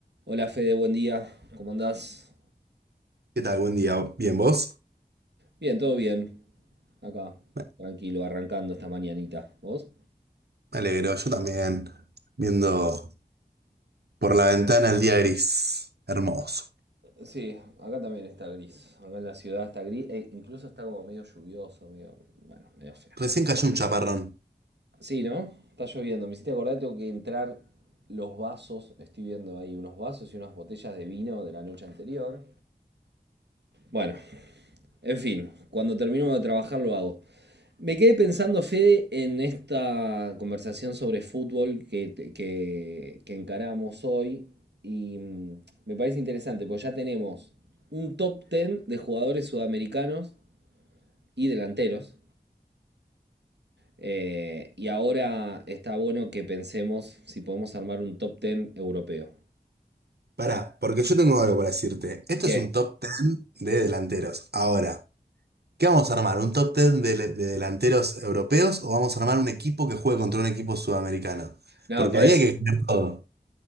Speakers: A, on the right; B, on the right.
A: Hola Fede, buen día. ¿Cómo andás?
B: ¿Qué tal? Buen día. ¿Bien vos?
A: Bien, todo bien. Acá,
B: Me
A: tranquilo, arrancando esta mañanita. ¿Vos?
B: alegro, yo también. Viendo por la ventana el día gris. Hermoso.
A: Sí, acá también está gris. Acá en la ciudad está gris. e incluso está como medio lluvioso, medio, bueno, medio feo.
B: Recién cayó un chaparrón.
A: Sí, ¿no? Está lloviendo. Me hiciste acordar, tengo que entrar los vasos. Estoy viendo ahí unos vasos y unas botellas de vino de la noche anterior. Bueno, en fin, cuando termino de trabajar lo hago. Me quedé pensando, Fede, en esta conversación sobre fútbol que, que- que encaramos hoy y mm, me parece interesante, porque ya tenemos un top 10 de jugadores sudamericanos y delanteros. eh, y ahora está bueno que pensemos si podemos armar un top 10 europeo.
B: Pará, porque yo tengo algo para decirte. Esto
A: ¿Qué?
B: es un top 10 de delanteros. Ahora, ¿qué vamos a armar? ¿Un top 10 de, de delanteros europeos o vamos a armar un equipo que juegue contra un equipo sudamericano?
A: No,
B: Porque
A: por
B: ahí
A: eso.
B: hay que ganar todo.